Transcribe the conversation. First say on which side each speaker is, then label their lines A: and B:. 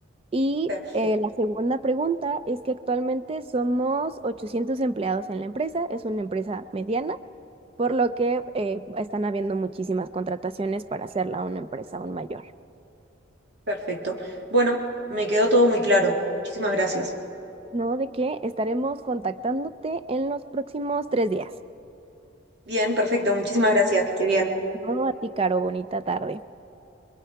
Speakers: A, on the right; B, on the right.
A: Y
B: Perfecto,
A: eh, la segunda pregunta es que actualmente somos 800 empleados en la empresa, es una empresa mediana, por lo que eh, están habiendo muchísimas contrataciones para hacerla una empresa aún mayor.
B: perfecto. Bueno, me quedó todo muy claro. Muchísimas gracias.
A: No, de que estaremos contactándote en los próximos tres días.
B: Bien, perfecto, muchísimas gracias. Que esté bien.
A: No, a ti, Caro, bonita tarde.